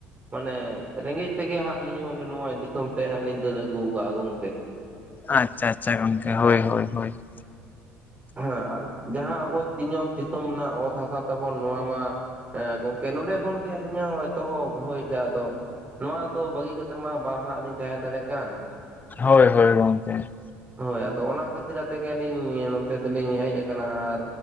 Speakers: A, on the right; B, on the left.
A: ᱢᱟᱱᱮ, ᱨᱮᱸᱜᱮᱡ ᱛᱮᱜᱮ ᱦᱟᱸᱜ, ᱟᱹᱞᱤᱧ ᱦᱚᱸ ᱱᱚᱜ ᱫᱤᱥᱚᱢ ᱛᱮ ᱦᱟᱸᱜ, ᱞᱤᱧ ᱫᱟᱹᱲ ᱟᱹᱜᱩ ᱟᱠᱟ-ᱟ ᱜᱚᱝᱠᱮ ᱾
B: ᱟᱪᱪᱷᱟ, ᱟᱪᱪᱷᱟ ᱜᱚᱝᱠᱮ, ᱦᱳᱭ ᱦᱳᱭ ᱦᱳᱭ ᱾
A: ᱦᱮᱸ, ᱡᱟᱦᱟᱸ ᱟᱵᱚ, ᱥᱤᱧᱚᱛ ᱫᱤᱥᱚᱢ ᱨᱮᱱᱟᱜ, ᱚᱛ ᱦᱟᱥᱟ ᱛᱟᱵᱚᱱ, ᱱᱚᱣᱟ ᱢᱟ ᱦᱮᱸᱼ, ᱜᱚᱝᱠᱮ, ᱱᱚᱰᱮ ᱠᱷᱚᱱ ᱜᱮ, ᱟᱹᱞᱤᱧᱟᱜ ᱦᱚᱸ, ᱮᱛᱚᱦᱚᱵ ᱦᱳᱭ ᱥᱮ ᱟᱫᱚ ᱱᱚᱣᱟ ᱫᱚ, ᱵᱟᱹᱜᱤ ᱠᱟᱛᱮᱫ ᱢᱟ, ᱵᱟᱝ ᱦᱟᱸᱜ, ᱞᱤᱧ ᱛᱟᱦᱮᱸ, ᱫᱟᱲᱮᱭᱟᱜ ᱠᱟᱱ ᱾
B: ᱦᱳᱭ ᱦᱳᱭ, ᱜᱚᱝᱠᱮ!
A: ᱦᱳᱭ ᱟᱫᱚ, ᱚᱱᱟ ᱠᱷᱟᱹᱛᱤᱨ ᱟᱛᱮ ᱜᱮ, ᱟᱹᱞᱤᱧ ᱱᱚᱛᱮ ᱫᱚᱞᱤᱧ, ᱦᱮᱡ ᱟᱠᱟᱱᱟ, ᱟᱨ